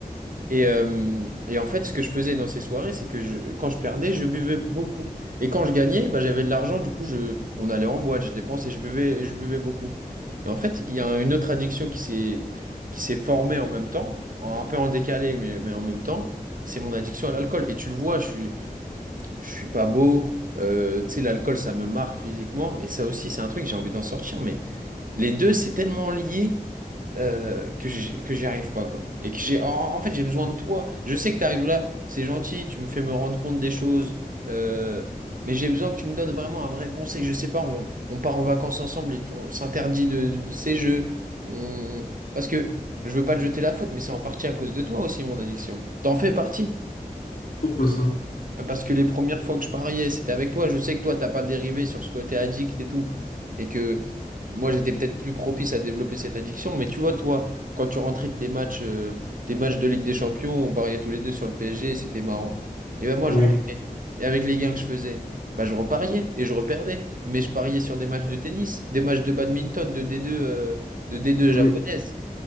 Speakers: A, on the right (about 60°); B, on the left (about 70°).
A: Et, euh, et en fait, ce que je faisais dans ces soirées, c'est que je- quand je perdais, je buvais beaucoup. Et quand je gagnais, bah, j'avais de l'argent, du coup, je, on allait en boîte, je dépensais, je buvais, je buvais beaucoup. Et en fait, il y a une autre addiction qui s'est, qui s'est formée en même temps, en- un peu en décalé, mais, mais en même temps, c'est mon addiction à l'alcool. Et tu le vois, je suis, je suis pas beau, euh, tu sais, l'alcool, ça me marque physiquement. Et ça aussi, c'est un truc, j'ai envie d'en sortir, mais. Les deux, c'est tellement lié euh, que j'y- que j'y arrive pas, quoi. Et que j'ai, en, en fait, j'ai besoin de toi. Je sais que t'arrives là, c'est gentil, tu me fais me rendre compte des choses, euh, mais j'ai besoin que tu me donnes vraiment un vrai conseil. Je sais pas, on, on part en vacances ensemble et tu- on s'interdit de, de ces jeux. On... Parce que je veux pas te jeter la faute, mais c'est en partie à cause de toi aussi, mon addiction. T'en fais partie.
B: Pourquoi ça?
A: Bah, Parce que les premières fois que je pariais, c'était avec toi. Je sais que toi, t'as pas dérivé sur ce côté addict et tout. Et que moi, j'étais peut-être plus propice à développer cette addiction. Mais tu vois, toi, quand tu rentrais de tes matchs, euh, tes matchs de Ligue des Champions, on pariait tous les deux sur le PSG et c'était marrant. Et ben moi,
B: Ouais.
A: je rentrais. Et avec les gains que je faisais, bah, je repariais et je reperdais. Mais je pariais sur des matchs de tennis, des matchs de badminton, de D2, euh, de D2
B: Ouais.
A: japonaise.